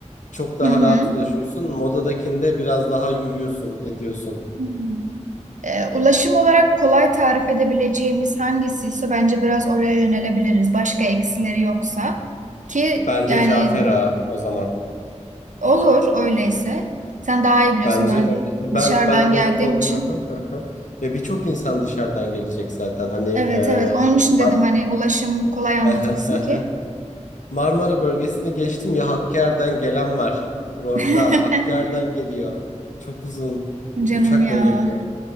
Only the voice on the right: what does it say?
Hı hı.
Hmm. Ee, ulaşım olarak kolay tarif edebileceğimiz hangisi ise bence biraz oraya yönelebiliriz. Başka eksileri yoksa ki
yani
olur öyleyse. Sen daha iyi biliyorsun
ben
dışarıdan
geldiğim
için.
Evet
evet onun için dedim
hani ulaşım kolay anlatılsın
ki.
<laughs>
Canım
ya